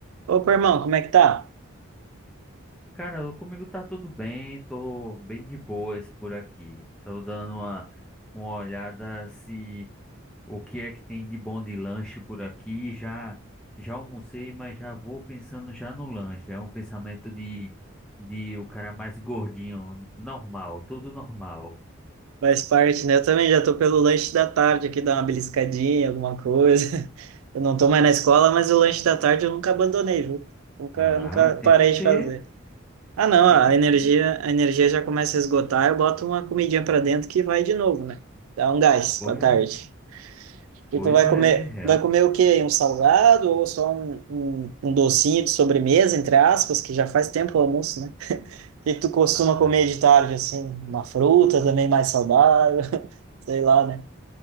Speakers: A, on the right (about 85°); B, in the centre.
A: Opa, irmão, como é que tá?
B: Cara, eu- comigo tá tudo bem, tô bem de boas por aqui. Tô dando uma, uma olhada se o que é que tem de bom de lanche por aqui. Já já almocei, mas já vou pensando já no lanche. É um pensamento de, de o cara mais gordinho, normal, tudo normal.
A: Faz parte, né? Eu também já tô pelo lanche da tarde aqui, dar uma beliscadinha, alguma coisa. <laughs> Eu não tô mais na escola, mas o lanche da tarde eu nunca abandonei, viu? Nunca,
B: Ah,
A: nunca
B: tem
A: parei
B: que ter,
A: de fazer. Ah, não,
B: tem
A: a
B: que
A: energia,
B: ter.
A: a energia já começa a esgotar, eu boto uma comidinha pra dentro que vai de novo, né? Dá um gás
B: Pois,
A: pra tarde. E
B: pois
A: tu vai comer,
B: é, real.
A: vai comer o quê? aí? Um salgado ou só um, um, um docinho de sobremesa, entre aspas, que já faz tempo o almoço, né? O que que tu costuma
B: Ah.
A: comer de tarde, assim? Uma fruta também mais saudável, <laughs> sei lá, né?